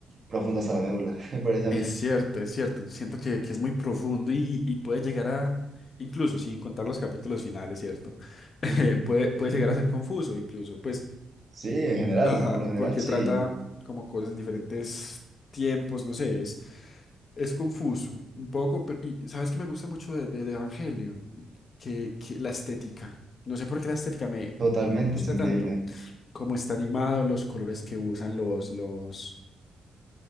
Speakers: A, on the right (about 35°); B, on the left (about 45°).
A: profundo hasta la médula, <laughs> me parece a
B: Es
A: mí.
B: cierto, es cierto. Siento que, que es muy profundo y, y puede llegar a, incluso sin contar los capítulos finales, ¿cierto? <laughs>
A: Ujú.
B: Eh, puede, puede
A: <laughs>
B: llegar a ser confuso, incluso, pues,
A: Sí, en general,
B: ajá,
A: por lo general,
B: porque
A: sí,
B: trata como cosas en diferentes tiempos, no sé, es, es confuso un poco, pero y sabes que me gusta mucho de, de, de Evangelion, que, que la estética. No sé por qué la estética me
A: totalmente,
B: gusta
A: es increíble.
B: tanto, Como está animado, los colores que usan los, los,